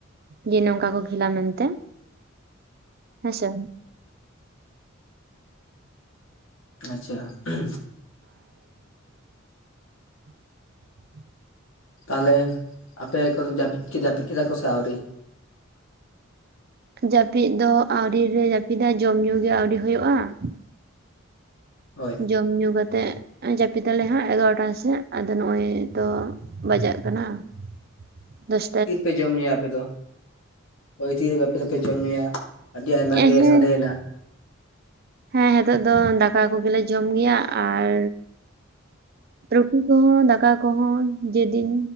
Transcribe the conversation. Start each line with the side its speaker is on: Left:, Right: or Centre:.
Right: ᱡᱮ ᱱᱚᱝᱠᱟ ᱠᱚ ᱠᱷᱞᱟ ᱢᱮᱱᱛᱮ ᱾ ᱦᱮᱸᱥᱮ ᱾
Left: ᱟᱪᱪᱷᱟ ᱾
Right: ᱦ <inaudible>
Left: ᱛᱟᱦᱚᱞᱮ ᱟᱯᱮ ᱠᱚᱫᱚ ᱡᱟᱹᱯᱤᱫ ᱜᱮ ᱡᱟᱹᱯᱤᱫ ᱠᱮᱫᱟ ᱠᱚ ᱥᱮ ᱟᱹᱣᱨᱤ?
Right: ᱡᱟᱹᱯᱤᱫ ᱫᱚ ᱟᱹᱲᱨᱤ ᱞᱮ ᱡᱟᱯᱤᱫᱟ ᱡᱚᱢ ᱧᱩ ᱜᱮ ᱟᱣᱲᱤ ᱦᱩᱭᱩᱜᱼᱟ ᱾
Left: ᱦᱳᱭ
Right: ᱡᱚᱢ ᱧᱩ ᱠᱟᱛᱮ ᱡᱟᱹᱯᱤᱫ ᱫᱟᱞᱮ ᱦᱟᱸᱜ ᱮᱜᱟᱨᱚᱴᱟ ᱥᱮᱫ ᱟᱫᱚ ᱱᱚᱜᱼᱚᱭ ᱛᱚ ᱵᱟᱡᱟᱜ ᱠᱟᱱᱟ ᱾ ᱫᱚᱥ
Left: ᱛᱤᱨᱮᱯᱮ ᱡᱚᱢ ᱧᱩᱭᱟ ᱟᱯᱮ ᱫᱚ? ᱦᱳᱭ ᱛᱤ ᱨᱮ ᱟᱯᱮ ᱫᱚᱯᱮ ᱡᱚᱢ ᱧᱩᱭᱟ ᱟᱹᱰᱤ ᱟᱭᱢᱟ
Right: ᱮᱸ
Left: ᱜᱮ
Right: ᱦᱮᱸ
Left: ᱥᱟᱰᱮᱭᱮᱱᱟ ᱾
Right: ᱦᱮᱸ ᱱᱤᱛᱚᱜ ᱫᱚ ᱫᱟᱠᱟ ᱠᱚᱜᱮ ᱞᱮ ᱡᱚᱢ ᱜᱮᱭᱟ ᱟᱨ ᱨᱩᱴᱤ ᱠᱚᱦᱚᱸ ᱫᱟᱠᱟ ᱟ ᱠᱚᱦᱚᱸ ᱡᱮᱫᱤᱱ